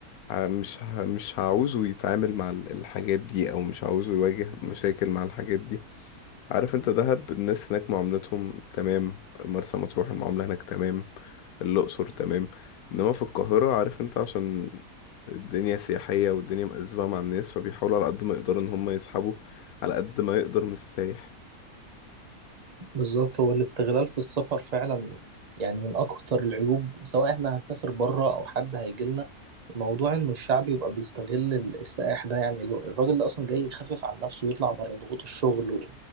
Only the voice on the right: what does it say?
بالظبط هو الاستغلال في السفر فعلا يعني من أكتر العيوب سواء احنا هنسافر بره أو حد هيجيلنا موضوع إنه الشعب يبقى بيستغل ال- السائح ده يعني ال- الراجل ده أصلا جاي يخفف عن نفسه ويطلع بره ضغوط الشغل و-